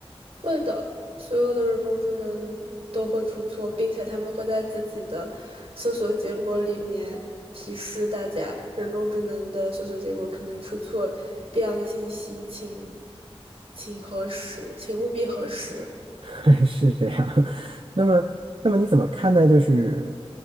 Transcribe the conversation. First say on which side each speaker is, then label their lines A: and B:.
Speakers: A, on the right; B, on the right.
A: 会的，所有的人工智能都会出错，并且他们会在自己的搜索结果里面提示大家，人工智能的搜索结果可能出错，必要的信息请请核实，请务必核实。
B: <laughs> 是这样。<laughs> 那么，那么你怎么看待就是